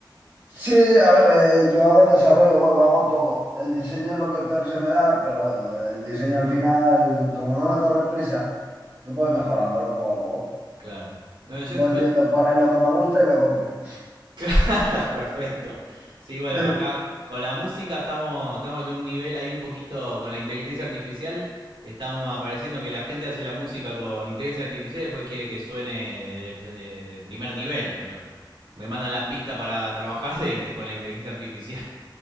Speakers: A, on the right (about 20°); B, on the right (about 85°).
A: Sí, a ver, eh, yo hago desarrollo web, hago todo. El diseño es lo que peor se me da, pero bueno, el diseño al final, como no me corre prisa, voy mejorándolo poco a poco.
B: Claro. No, yo,
A: Voy
B: yo...
A: viendo
B: <laughs>
A: por ahí lo que me gusta y lo copio.
B: Claro, está perfecto. Sí, bueno,
A: <laughs>
B: acá con la música estamos, estamos en un nivel ahí un poquito con la inteligencia artificial. Estamos apareciendo que la gente hace la música con inteligencia artificial y después quiere que suene de, de- de primer nivel, pero me mandan las pistas para trabajar de inte- con la inteligencia artificial.